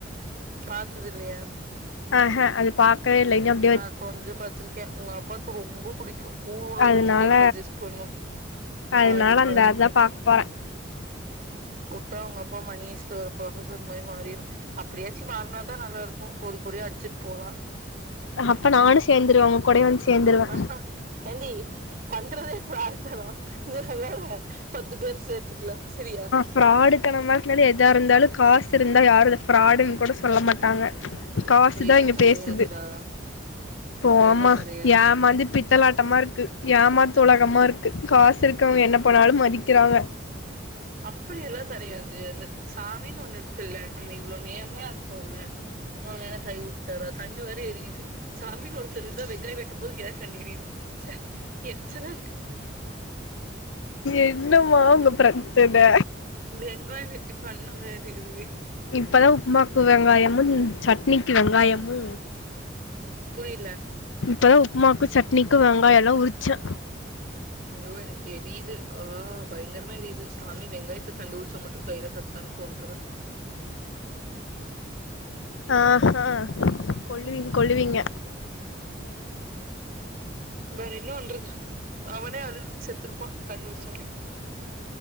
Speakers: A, on the right (about 45°); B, on the left (about 80°).
A: பாத்தது இல்லையா
B: ஆ ஆ அது பாக்கவே இல்லை இன்னும்
A: நா கொஞ்ச பாத்திருக்கே உங்க அப்பாவுக்கு ரொம்போ புடிக்கு ஊரு உலகத்துக்கே
B: அதனால
A: சஜஸ்ட் பண்ணு
B: அதனால
A: பாரு பாரு
B: அந்த அதா பாக்க போறே
A: உட்டா உங்க அப்பா மணி ஈஸ்ட்ல ஒரு ப்ரொபசர் மாரி மாறிரு அப்படியாச்சு மாறுனதா நல்லா இருக்கு கோடி கோடியாக அடிச்சிட்டு போலா
B: அப்பா நானு சேரந்துருவாங்க உங்க கூட வந்து சேந்துருவே
A: அக் ஆ என்டி பண்ட்ரதே பிராடுதனோ இதுல வேற பத்து பேரு சேத்து ங்ளா சரியா
B: ஃப்ராடு தன மாதிரிருனால எதா இருந்தாலு காசு இருந்தா யாரு அத ஃப்ராடுன்னு கூட சொல்ல மாட்டாங்க காசுதா
A: அப்படியெல்லா
B: இங்க
A: கெடையாதுடா
B: பேசுது போமா
A: அப்படியெல்லா கெடையாது
B: ஏமாந்து பித்தலாட்டமா இருக் கு ஏமாத்து உலகமா இருக்கு காசு இருக்கவங்க என்ன பண்ணாலு மதிக்கிறாங்க
A: அப்பிடியெல்லா கெடையாது அந்த சாமின்னு ஒண்ணு இருக்குல்ல நம்ம இவ்ளோ நேர்மையா இருக்கோல்ல நம்ம வேனா கை வுட்டாற தண்ணி வேற எரியுது சாமின்னு ஒருத்தர் இருந்தா வெங்காய வெட்டும் போது ஏ கண்ணு எரியுது ச்ச எறிச்சலா இருக்கு
B: என்னமா உங்க ப்ரச்சன
A: வெங்காய வெட்டி கண்ணெல்லா எறியுதுடி
B: இப்பதா உப்புமாக்கு வெங்காயமு சட்னிக்கு வெங்காயமு
A: புரியில
B: இப்பதா உப்புமாக்கு சட்னிக்கு வெங்காயெல்லா உரிச்சே
A: ஐய்யோ எனக்கு எரியிது ஆ பயங்கரமா எரியிது சாமி வெங்காயத்த கண்டுபிடிச்சா மட்டு கையில கெட்ச்சா நா கொண்ருவே
B: ஆ ஆ கொல்லுவீங்க கொல்லுவீங்க
A: வேற என்னபண்றது அவனே அழுது செத்துருப்பா கண்டு புடிச்சவனே